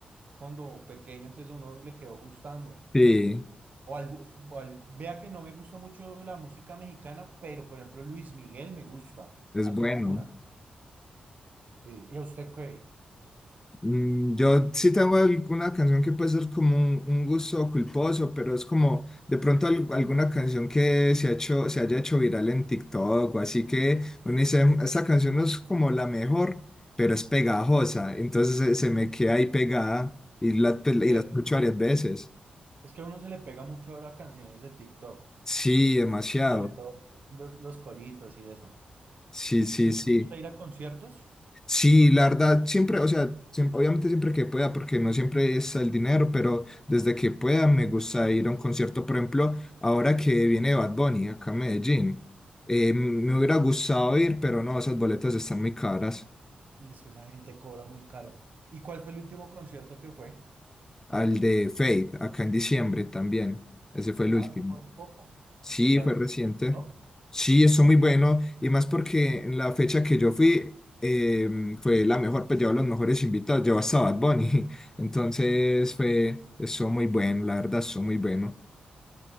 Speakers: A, on the right; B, on the left.
A: cuando pequeño, entonces a uno le quedó gustando.
B: Sí,
A: O algo, o al- vea que no me gusta mucho la música mexicana, pero por ejemplo Luis Miguel me gusta,
B: es
A: alguna.
B: bueno.
A: Sí, ¿Y a usted qué?
B: Mm, Yo sí tengo alguna canción que puede ser como un, un gusto culposo, pero es como de pronto al- alguna canción que se ha hecho, se haya hecho viral en TikTok o así que uno dice, "Mm, esta canción no es como la mejor, pero es pegajosa, entonces se, se me queda ahí pegada y la, pues, y
A: Eh,
B: la escucho varias veces.
A: Es que a uno se le pega mucho ahora canciones de TikTok,
B: Sí, demasiado.
A: sobre todo los, los coritos y eso.
B: Sí, sí,
A: ¿Y usted
B: sí.
A: le gusta ir a conciertos?
B: Sí, la verdad, siempre, o sea, siempre- obviamente siempre que pueda, porque no siempre es el dinero, pero desde que pueda me gusta ir a un concierto, por ejemplo, ahora que viene Bad Bunny acá a Medellín, eh, me hubiera gustado ir, pero no, esas boletas están muy caras.
A: Y es que esa gente cobra muy caro. ¿Y cuál fue el último concierto que fue?
B: Al de Fate, acá en diciembre también, ese fue el
A: Ah,
B: último.
A: se fue hace poco.
B: Sí,
A: ¿Y qué tal?
B: fue reciente.
A: ¿te ¿Gustó?
B: Sí, eso muy bueno. Y más porque en la fecha que yo fui eh, fue la mejor, pues llevaba los mejores invitados, llevaba hasta Bad Bunny. <laughs> Entonces fue, eso muy bueno, la verdad, eso muy bueno.